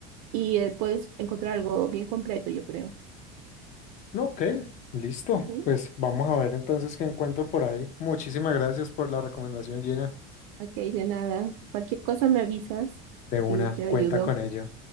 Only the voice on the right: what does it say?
y eh, puedes encontrar algo bien completo, yo creo.
Ujú.
Ok, de nada. Cualquier cosa me avisas
y te ayudo.